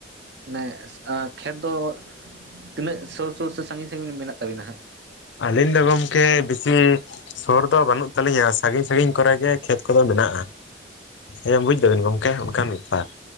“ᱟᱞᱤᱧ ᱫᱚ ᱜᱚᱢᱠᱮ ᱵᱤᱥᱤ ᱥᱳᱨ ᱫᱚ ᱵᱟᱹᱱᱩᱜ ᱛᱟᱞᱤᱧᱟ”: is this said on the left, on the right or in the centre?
Left